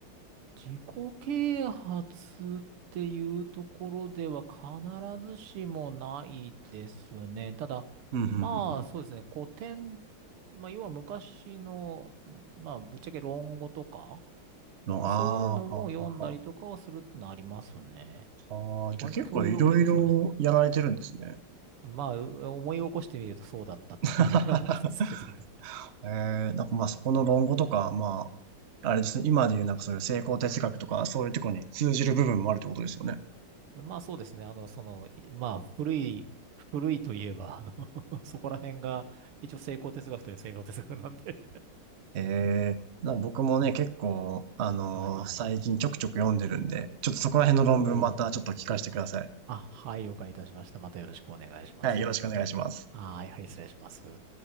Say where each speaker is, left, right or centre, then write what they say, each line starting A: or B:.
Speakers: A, on the right; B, on the right.
A: 自己啓発っていうところでは必ずしもないですね。ただ、
B: うん、うん、うんうん。
A: まあそうですね、古典、まあ要は昔の、まあぶっちゃけ論語とか、
B: の、ああー、
A: そういうのも読んだりとかをするってのはありますね。
B: はあ、はあ、はあ。あーじゃあ結構いろいろやられてるんですね。
A: 割と教養系ですかね。まあ、う思い起こしてみるとそうだったっていう話ですけどね。
B: <laughs> えー、なんかまあそこの論語とか、まあ、あれですね、今で言うなんかそういう成功哲学とか、そういうところに通じる部分もあるってことですよね。
A: まあそうですね。あの、その、いまあ古い、古いといえば、あの <laughs> そこら辺が一応成功哲学という成功哲学なんで
B: ええな僕もね、結構、あのー最近ちょくちょく読んでるんで、
A: <laughs> はい。
B: ちょっとそこら辺の論文またちょっと聞かせてください。
A: おー。あ、はい、了解いたしました。またよろしくお願いします。
B: はい、よろしくお願いします。
A: はい、はい、失礼します。